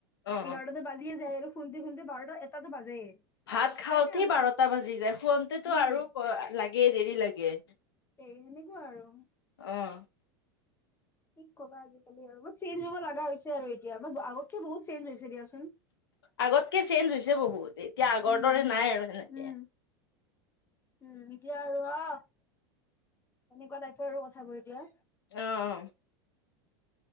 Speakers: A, on the left; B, on the left.
A: অ',
B: ইঘাৰটাতে
A: অ
B: বাজিয়ে যায় আৰু শুনতে শুনতে বাৰটা এটাতো বাজেই।
A: ভাত
B: সেইকাৰণে
A: খাওঁতেই
B: আমাৰ
A: বাৰটা বাজি যায় শুৱনতে
B: উম
A: আৰু লাগে দেৰি লাগে।
B: এই সেনেকুৱা আৰু।
A: অ'।
B: কি ক'বা আজিকালি আৰু চেঞ্জ হ'ব লগা হৈছে আৰু এতিয়া ম-আগতক বহুত চেঞ্জ হৈছে। দিয়াচোন
A: আগতকে চেঞ্জ হৈছে বহুত। এতিয়া আগৰ
B: উম,
A: দৰে
B: উম,
A: নাই আৰু সেনেকে
B: উম, উম এতিয়া আৰু অ' এনেকুৱা টাইপৰ আৰু কথাবোৰ এতিয়া।
A: অ', অ'।